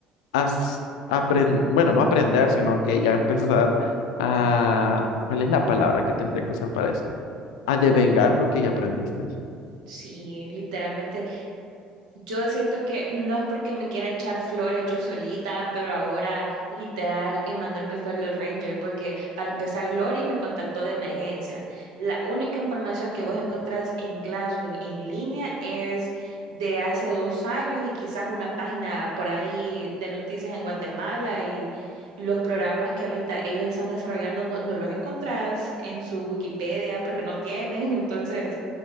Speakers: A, on the left; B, on the right.
A: as- apren- bueno, no aprender, sino que ya empezar a, ¿cuál es la palabra que tendré que usar para eso? A devengar lo que ya aprendiste.
B: Sí, literalmente. Yo siento que no es porque me quiera echar flores yo solita, pero ahora literal Emanuel me fue a los Rangers, porque para empezar Lori me contactó de emergencia. La única información que vos encontrás en Glasswing en línea es de hace dos años y quizás una página por ahí de noticias en Guatemala y los programas que ahorita ellos están desarrollando no, no los encontrás en su Wikipedia porque no tienen, <laughs> entonces